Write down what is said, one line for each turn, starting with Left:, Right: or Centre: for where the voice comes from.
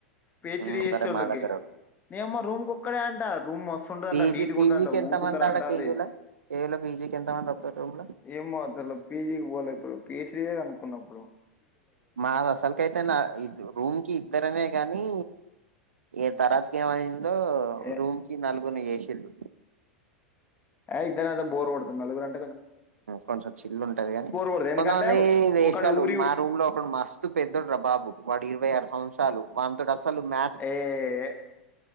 Left: పిహెచ్డి
Right: ఉమ్, ఒక్కరే
Left: చేసేటోళ్ళకి
Right: మా దగ్గర
Left: నీయమ్మా రూమ్ కి ఒక్కరే అంట రూమ్ మస్తుంటదంట
Right: పీజీ
Left: నీట్గా
Right: పీజీకి
Left: ఉంటదంట
Right: ఎంత
Left: ఊగుతర
Right: మంది ఆడ
Left: అంట
Right: కేయూల
Left: అది
Right: కేయూల పీజీకి ఎంత మంది ఒక్క రూమ్ లో
Left: ఏమతల పిజీ ఇవాల ఇప్పుడు పిహెచ్డీ కనుకున్నప్పుడు
Right: మాది అసలుకైతే నా రూమ్ కి ఇద్దరమే గానీ ఏ తారాజ్ కేమ లో
Left: ఏ
Right: రూమ్ కి నల్గుని ఏసీలు
Left: ఆ ఇద్దధద బోర్ పడుతుంది నాలుగు రం
Right: కొంచెం చిల్లు ఉంటది కాని
Left: కొడుతుంది ఎందుకంటే
Right: కొంతమంది వేషకాలు
Left: ఒకడు ఊరి
Right: మా రూమ్ లో ఒకడు మస్తు పెద్దడు రా బాబు వాడు ఇరవై ఆరు సంవత్సరాలు వాతో అసలు మ
Left: ఏయ